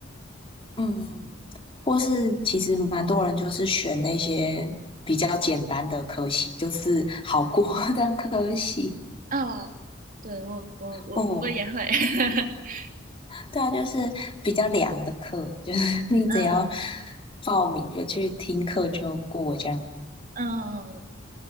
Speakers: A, on the left (about 30°); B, on the right (about 45°).
A: 嗯，或是其实蛮多人就是选那些比较简单的科系，就是好过 <laughs> 的科系。
B: 哦，对，我我我我也会，
A: 嗯，
B: <laughs>
A: 对啊，就是比较凉的课，就是 <laughs> 你只要
B: 嗯
A: 报名就去听课就过这样。
B: 嗯嗯嗯。